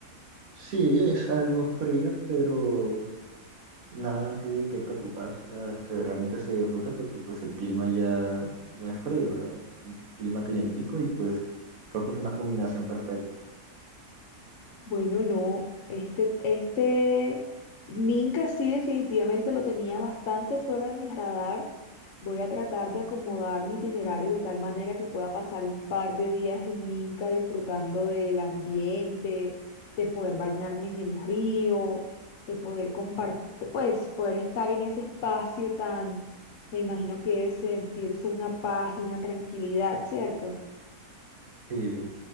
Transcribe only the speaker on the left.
Bueno, no, este, este Minca sí definitivamente lo tenía bastante fuera de mi radar. Voy a tratar de acomodar mi itinerario de tal manera que pueda pasar un par de días en Minca disfrutando del ambiente, de poder bañarme en el río, de poder compartir, pues poder estar en ese espacio tan, me imagino que debe sentirse una paz y una tranquilidad, ¿cierto?